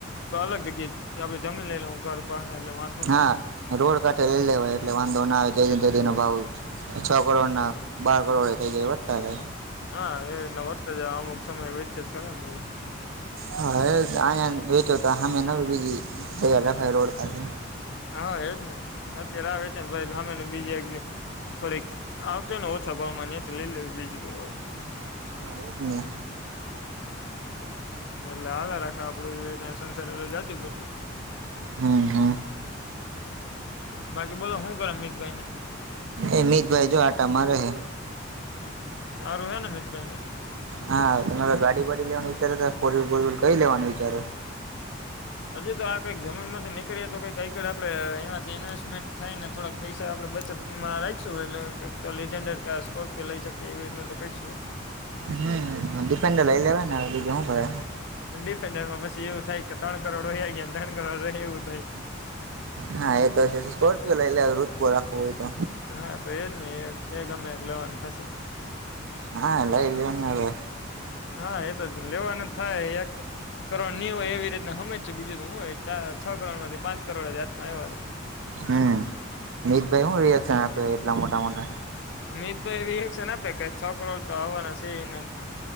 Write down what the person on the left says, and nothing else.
અલગ જગ્યાએ આપડે જમીન લઈ લે હું ઘર પાહે એટલે વાંધ
હા, હે એટલા વધતા જાય, અમુક સમયે વેચયે તો ખરા ન
હા, એ જ ને અત્યારે આવે રીતે ભાઈ હામેની બીજી એક જમીન થોડીક આવતો ને ઓ સભા માનીએ ચલી લે બીજું તો હુ હોય.
એટલે હાલે રાખે આપડું, એવી રીતના સંસારે જાજુ બધું.
બાકી બોલો હુ કર મિતભાઈને?
હારુ હે ને મિતભાઈને?
અજી તો આ કઈક જમીનમાથી નીકળીએ તો કઈ કઈક આપડે, એમાંથી ઇન્વેસ્ટમેન્ટ થાયને થોડાક પૈસા આપડે બચતમાં રાઈખશું એટલે તો તો લીજેન્ડર કે આ સ્કોર્પિયો લઈ શકીએ એવી રીતનું તો કરીશું હો.
એમ ડિફેન્ડરમાં પસી એવુ થાય કે ત્રણ કરડો વયા ગયા ન ત્રણ કરોડ રહ્યા એવું થાય.
હા, તો એજ ને, એ એ ગમે એક લેવાન થાશે.
હા, એ તો જ લેવાનું થાય એક કરોડ ની હોય એવી રીતના હમજ શું બીજું તો હું હોય ચા છ કરોડમાંથી પાંચ કરોડ જ હાથમાં આયવા તા.
મીતભાઈ એવી એક્શન આપે કે છ કરોડ તો આવાના શે ઈન.